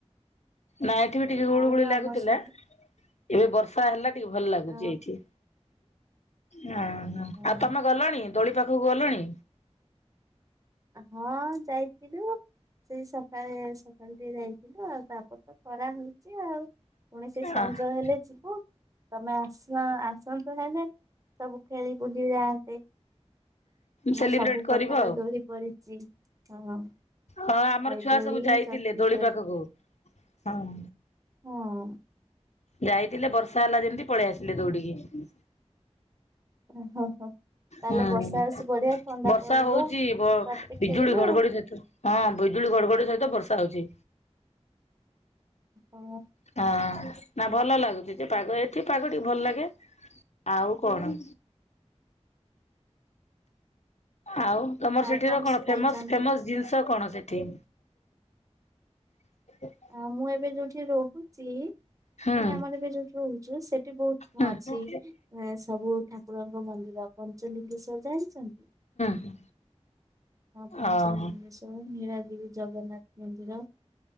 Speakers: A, on the left; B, on the right.
A: ନାଇଁ ଏଠିବି ଟିିକେ ଗୁଳୁଗୁଳିି
B: ଆଉ
A: ଲାଗୁଥିଲା।
B: ଆମର ସବୁ
A: ଏବେ ବର୍ଷା ହେଲା ଟିକେ ଭଲ ଲାଗୁଚି
B: ଅ
A: ଏଇଠି। ହ
B: ହଁ
A: ଆଉ ତମେ ଗଲଣି ଦୋଳି ପାଖକୁ ଗଲଣି?
B: ହଁ ଯାଇଥିଲୁ, ସେଇ ସକାଳେ ସକାଲେ ଟିକେ ଯାଇଥିଲୁ ଆଉ ତାପରେ ତ୍ ଖରା ହଉଛି ଆଉ, ପୁଣି ସେ ସଞ୍ଜ
A: ହଁ
B: ହେଲେ ଯିବୁ। ତମେ ଆସ ଆସନ୍ତ ହେଲେ, ସବୁ ଖେଳି ବୁଲି ଯାଆନ୍ତେ। ଆମର
A: ସେଲିବ୍ରେଟ
B: ସବୁ ପ୍ରକାର
A: କରିବ ଆଉ
B: ଦୋଳି ପଡିଛି, ହଁ।
A: ହଁ ଆମର
B: ଖାଇ
A: ଛୁଆ
B: ଦୋଳି
A: ସବୁ ଯାଇଥିଲେ
B: ଚକ୍ରି
A: ଦୋଳି ପାଖକୁ ହଁ।
B: ହଁ।
A: ଯାଇଥିଲେ ବର୍ଷା ହେଲା ଯେମିତି ପଳେଇ ଆସିଲେ ଦୌଡିକି।
B: ଓ ହୋ ହୋ। ତାହେଲେ
A: ହୁଁ
B: ବର୍ଷା ହଉଛି ବଢିଆ ଥଣ୍ଡା
A: ବର୍ଷା
B: ପଡିବ
A: ହଉଚି ବ
B: ତାପରେ
A: -ବିଜୁଳି
B: ଖେଳିବା
A: ଘଡଘଡି
B: ଆଉ।
A: ସହିତ। ହଁ ବିଜୁଳି ଘଡଘଡି ସହିତ ବର୍ଷା ହଉଛି।
B: ଓହୋ।
A: ହାଁ। ନା ଭଲ ଲାଗୁଛି ଯେ ପାଗ ଏଠି ପାଗ ଟିକେ ଭଲ ଲାଗେ, ଆଉ କଣ? ଆଉ? ତମର
B: ଆଉ
A: ସେଠିର କଣ
B: ଖାଇଛନ୍ତି?
A: ଫେମସ ଫେମସ ଜିନିଷ କଣ ସେଠି? <inaudible>
B: ଆ ମୁଁ ଏବେ ଯୋଉଠି ରହୁଛି,
A: ହୁଁ
B: ମାନେ ଆମର ଏବେ ଯୋଉଠି ରହୁଛୁ ସେଠି ବହୁତ
A: ହୁଁ
B: ଅଛି, ସବୁ ଠାକୁରଙ୍କ ମନ୍ଦିର ପଞ୍ଚଲିଙ୍ଗେଶ୍ଵର। ଜାଣିଛନ୍ତି,
A: ହୁଁ
B: ହଁ ପଞ୍ଚ
A: ଓହୋ
B: ଲିଙ୍ଗେଶ୍ୱର୍। ନୀଳଗିରି ଜଗନ୍ନାଥ ମନ୍ଦିର।